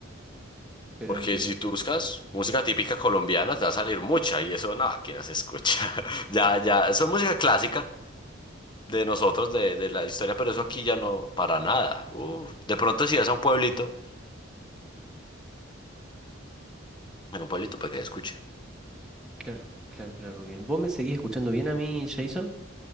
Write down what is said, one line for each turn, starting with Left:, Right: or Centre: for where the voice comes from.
Centre: pero
Left: Porque
Centre: entiendo.
Left: si tú buscas música típica colombiana, te va a salir mucha y eso no, aquí no se escucha. <laughs> Ya, ya, eso es música clásica de nosotros, de, de la historia, pero eso aquí ya no, para nada. Uf. De pronto si vas a un pueblito, en un pueblito para que escuche.
Centre: Claro, claro, claro, bien. ¿Vos me seguís escuchando bien a mí, Jason?